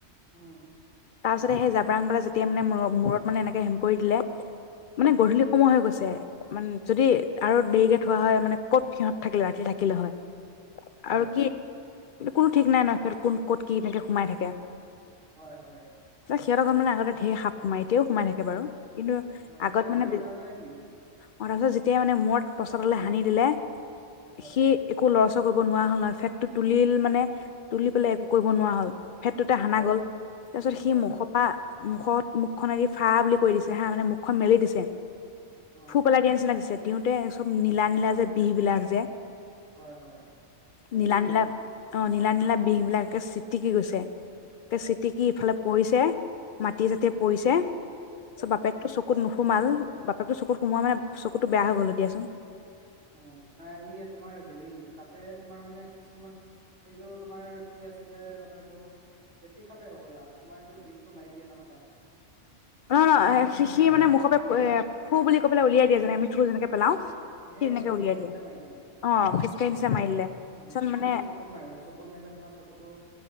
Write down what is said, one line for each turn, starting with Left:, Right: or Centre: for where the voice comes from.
Right: উম।
Left: তাৰপিছতে সেই জাবৰাংবলা যেতিয়া মানে ম মূৰত মানে এনেকে হেম কৰি দিলে মানে
Right: উম
Left: গধূলি সময় হৈ গৈছে। মানে যদি আৰু দেৰিকে থোৱা হয় মানে ক'ত সিহঁত থাকিলেহে ৰাতি থাকিলে। থাকিলে হয়।
Right: হয়
Left: আৰু কি? একো ঠিকনা নাই কোন ক'ত কি এনেকে সোমাই থাকে।
Right: হয়, হয়।
Left: সিহঁতৰ ঘৰৰ মানে আগতে ঢেৰ সাপ সোমাই এতিয়াও সোমাই বাৰু। কিন্তু
Right: অ', এইটো
Left: আগত
Right: সাপ
Left: মানে
Right: মাৰি পেলালে নেকি?
Left: অ', যেতিয়া মানে মট প্ৰচাৰলৈ সানি দিলে।
Right: হয়,
Left: সি একো লষ্ট একো কৰিব নোৱাৰা হ'ল ফেটটো তুলি মানে তুলি পেলাই একো কৰিব নোৱাৰা হ'ল। সেইটোতে সানা
Right: হয়,
Left: গ'ল, তাৰপিছত সি
Right: হয়,
Left: মুখপা মুখত মুখখন এদি ফা বুলি কৈ দিছে হা মানে মুখখন মেলি দিছে।
Right: অ',
Left: থু পেলাই দিয়া নিচিনা দিছে। দিওঁতে চব নীলা নীলা যে বিহ বিলাক যে।
Right: হয়, হয় চিটিকি
Left: নীলা নীলা
Right: গৈছে।
Left: অ নীলা নীলা বিষ বিলাক একে চিটিকি গৈছে। তে চিটিকি ইফালে
Right: অ',
Left: পৰিছে। মাটি চাতিয়ে পৰিছে। চ
Right: উম,
Left: বাপেক তো চকু নুশ সোমাল বাপেকতোৰ চকুত সোমোৱা মানে চকুতো বেয়া হৈ গ'লো দিয়াচোন।
Right: অ', নাই এই তোমাৰ হেৰি সাপে তোমাৰ মানে কিছুমান এইটো তোমাৰ কি আছিলে জানো এইটো ফেটি সাপে হ'বলা। তোমাৰ এইটো বিষটো মাৰিদিয়ে নহয় গাত।
Left: অ', অ', সি, সি, মানে মুখৰ পৰা থু, বুলি কৈ পেলাই উলিয়াই দিয়ে যেনে আমি থু, থুৰ যেনেকে পেলাও।
Right: সেয়ে
Left: সি তেনেকে
Right: ফিচকাৰীৰ
Left: উলিয়াই
Right: নিচিনা মাৰি দিয়ে উম,
Left: অ ফিচকাৰি নিচিনা মাৰি দিলে তাৰপিছত
Right: তোমাৰ
Left: মানে
Right: সেইটো চকুত মাৰে চকুত মাৰিলে তোমাৰ চকুতো